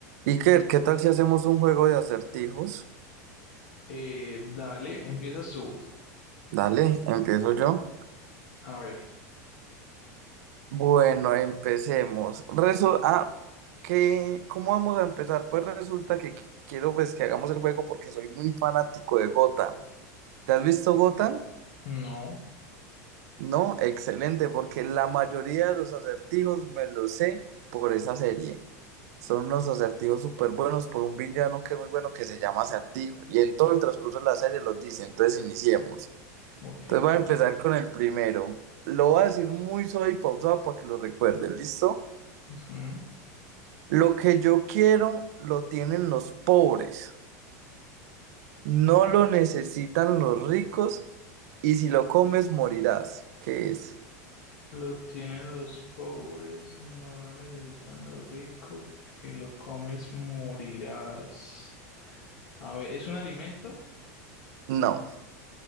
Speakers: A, on the right; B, on the left.
A: Iker, ¿qué tal si hacemos un juego de acertijos?
B: Eh, dale, empiezas tú.
A: Dale, empiezo yo.
B: A ver,
A: Bueno, empecemos. Reso- ah, ¿qué, cómo vamos a empezar? Pues resulta que quiero pues, que hagamos el juego porque soy muy fanático de Gotham. ¿Te has visto Gotham?
B: no,
A: No, excelente, porque la mayoría de los acertijos me los sé por esa serie. Son unos acertijos súper buenos por un villano que es muy bueno que se llama Acertijo. Y en todo el transcurso de la serie los dice. Entonces iniciemos.
B: ok.
A: Entonces voy a empezar con el primero. Lo voy a decir muy suave y pausado para que lo recuerden, ¿listo?
B: ujú.
A: Lo que yo quiero lo tienen los pobres, no lo necesitan los ricos y si lo comes morirás. ¿Qué es?
B: Lo tienen los pobres, no lo necesitan los ricos, y si lo comes morirás. A ver, ¿es un alimento?
A: No.